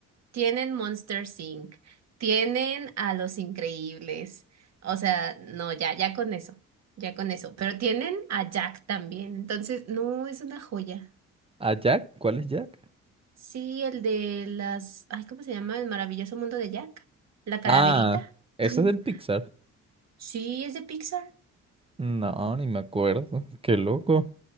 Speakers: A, on the right; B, on the right.
A: tienen Monsters Inc., tienen a Los Increíbles, o sea, no, ya, ya con eso, ya con eso, pero tienen a Jack también, entonces, no, es una joya.
B: ¿A Jack? ¿Cuál es Jack?
A: Sí, el de las, ay, ¿cómo se llama? El maravilloso mundo de Jack. La calaverita.
B: Ah, ese
A: <laughs>
B: es del Pixar?
A: Sí, es de Pixar.
B: No, ni me acuerdo. Qué loco.